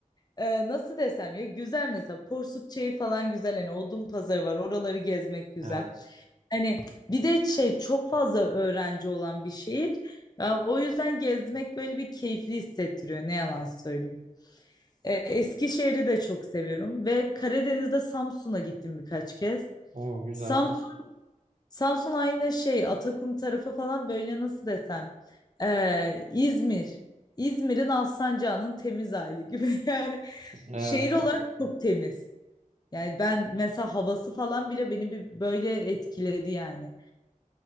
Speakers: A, on the left (about 30°); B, on the right (about 55°).
A: e, nasıl desem ya güzel mesela Porsuk falan güzel hani Odun Pazarı var oraları gezmek güzel.
B: Evet.
A: Hani bir de şey çok fazla öğrenci olan bir şehir. Ya o yüzden gezmek böyle bir keyifli hissettiriyor ne yalan söyleyeyim. E, Eskişehir'i de çok seviyorum ve Karadeniz'de Samsun'a gittim birkaç kez.
B: Oo güzel.
A: Samsun, Samsun aynı şey Atakum tarafı falan böyle nasıl desem e, İzmir. İzmir'in Alsancak'ın temiz hali gibi <laughs> yani
B: Evet.
A: şehir olarak çok temiz. Yani ben mesela havası falan bile beni bir böyle etkiledi yani.